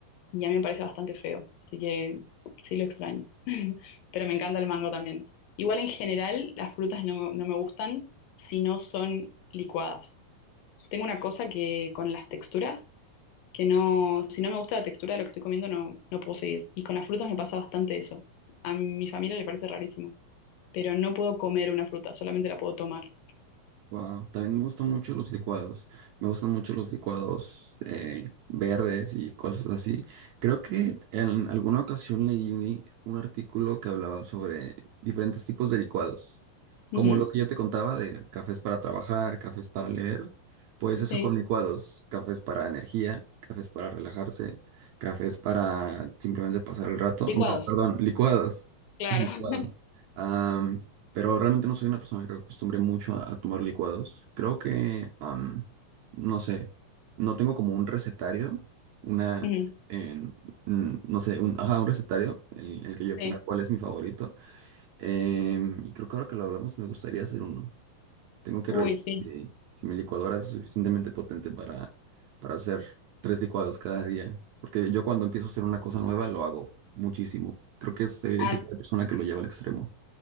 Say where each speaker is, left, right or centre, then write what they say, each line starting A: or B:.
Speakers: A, on the left; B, on the right.
A: y a mí me parece bastante feo, así que sí lo extraño. <laughs> Pero me encanta el mango también. Igual en general las frutas no, no me gustan si no son licuadas. Tengo una cosa que con las texturas, que no, si no me gusta la textura de lo que estoy comiendo no, no puedo seguir. Y con las frutas me pasa bastante eso. A mi familia le parece rarísimo, pero no puedo comer una fruta, solamente la puedo tomar.
B: Wow. También me gustan mucho los licuados. Me gustan mucho los licuados eh, verdes y cosas así. Creo que en alguna ocasión leí un artículo que hablaba sobre diferentes tipos de licuados. Como
A: Ujú,
B: lo que yo te contaba de cafés para trabajar, cafés para leer. Pues eso
A: Sí,
B: con licuados. Cafés para energía, cafés para relajarse, cafés para simplemente pasar el rato.
A: licuados,
B: No, perdón, licuados.
A: claro.
B: <laughs>
A: <laughs>
B: Licuados. Pero realmente no soy una persona que acostumbre mucho a, a tomar licuados. Creo que, am, no sé, no tengo como un recetario, una,
A: Ujú,
B: en- mm, no sé, un, ajá, un recetario en, en el que yo
A: Sí,
B: ponga cuál es mi favorito. Em, y creo que ahora que lo hablamos me gustaría hacer uno. Tengo que
A: uy,
B: revisar
A: sí.
B: si, si mi licuadora es suficientemente potente para, para hacer tres licuados cada día. Porque yo cuando empiezo a hacer una cosa nueva lo hago muchísimo. Creo que soy
A: Ah,
B: el tipo de persona que lo lleva al extremo.